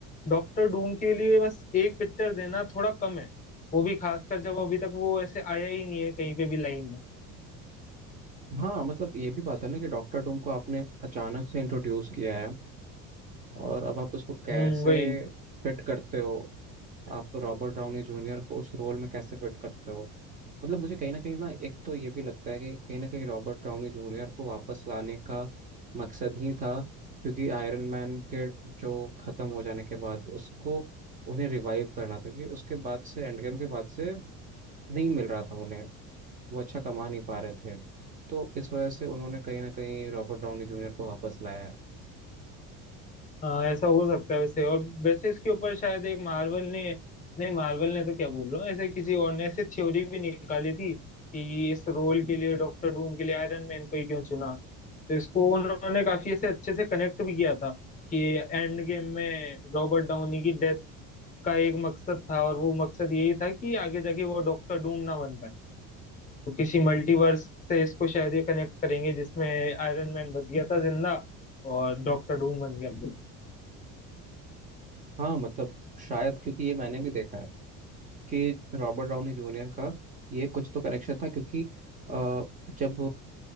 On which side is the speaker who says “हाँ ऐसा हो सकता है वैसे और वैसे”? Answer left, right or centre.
Left